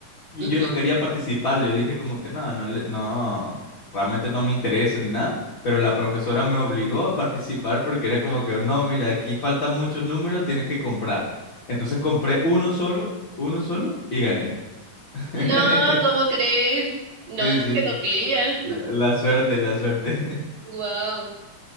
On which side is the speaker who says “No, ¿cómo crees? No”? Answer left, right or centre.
Right